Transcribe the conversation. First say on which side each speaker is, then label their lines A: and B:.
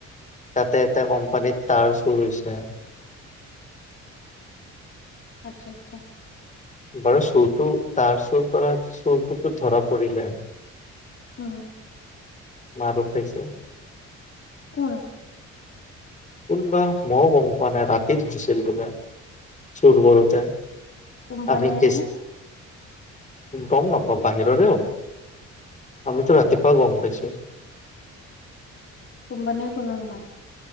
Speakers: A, on the left; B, on the left.
A: তাতে এটা কোম্পানীত তাঁৰ চুৰ হৈছে।
B: আচ্ছা আচ্ছা।
A: বাৰু চুৰটো তাঁৰ চুৰ কৰা চুৰটোতো ধৰা পৰিলে।
B: উম।
A: মাৰো খাইছে।
B: কোন?
A: কোন বা মও গম পোৱা নাই ৰাতি ধৰিছিল বোলে, চুৰ কৰোঁতে।
B: কোম্পানীৰে
A: আমি কেছ
B: নে?
A: গম নাপাওঁ বাহিৰৰে হ'ব। আমিতো ৰাতিপুৱা গম পাইছোঁ।
B: কোম্পানীৰ কোনো নহয়?